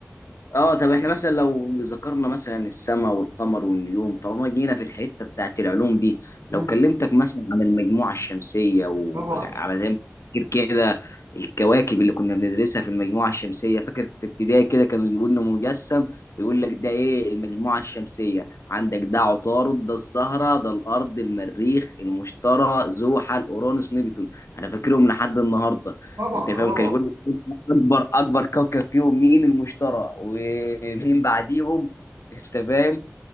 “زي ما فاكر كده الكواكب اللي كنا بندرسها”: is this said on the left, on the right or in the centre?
Left